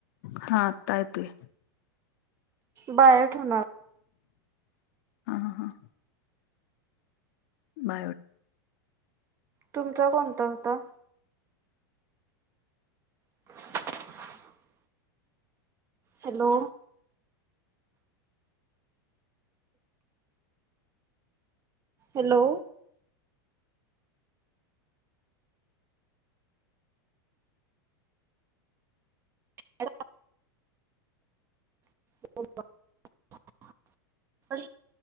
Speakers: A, on the left (about 55°); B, on the right (about 20°).
A: हा आता येतोय.
B: बायो ठेवणार आहे.
A: हा ह हा. बायो.
B: तुमचा कोणता होता? <unintelligible> हॅलो! हॅलो! <unintelligible> <unintelligible>